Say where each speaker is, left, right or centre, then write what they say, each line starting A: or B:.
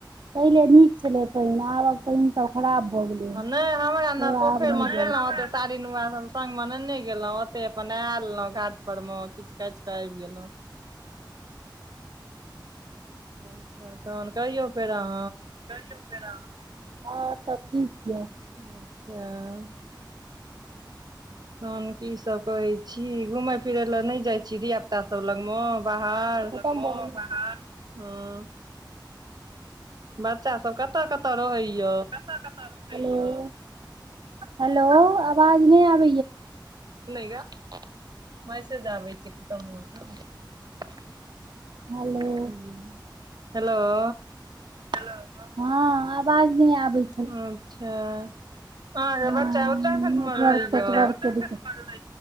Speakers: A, on the right; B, on the right.
A: पहिले नीक छलै पाईन आबक पाईन सब खराब भऽ गेलै।
B: नहि हम। हमरा
A: से
B: ने
A: आब
B: पोखरि
A: नहि
B: मे
A: जाइ
B: गेलहुँ
A: छै
B: ओते साड़ी नुआ सब संग मे नेने गेलहुँ ओते अपन नहा लेलहुँ घाट। पर म किचकाच क आब गेलहु। अच्छा तहन कहियौ फेर अहाँ?
A: कहियौ फेर अहाँ? आओर सब ठीक छै?
B: अच्छा। तहन की सब कहै छी घूमय फिरै लए नहि जाइ छी धिय पुता सब लगमे बाहर।
A: खतम भऽ गेलै
B: हँ। बच्चा सब कतऽ कतऽ रहैय?
A: कतऽ कतऽ रहैया? हेलो हेलो अवाज नहि आब
B: नै गैए। मैसेज आबै छै कतदुन स।
A: हेलो।
B: <unintelligible> हेलोउ।
A: हेलो, हँ आवाज नहि आबैय
B: अच्छा अहाँके
A: हँ
B: बच्चा उत्तराखंड
A: नेटवर्क
B: मे रहैया?
A: <unintelligible>